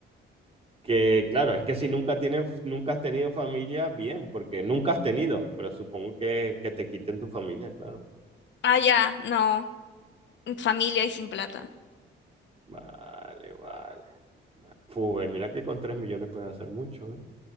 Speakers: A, on the right (about 30°); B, on the left (about 65°).
A: Que claro, es que si nunca tienes, nunca has tenido familia, bien, porque nunca has tenido, pero supongo que, que te quiten tu familia, claro.
B: Ah, ya, no, familia y sin plata.
A: Vale, vale, vale. Fu, eh, mira que con 3 millones puedes hacer mucho, ¿eh?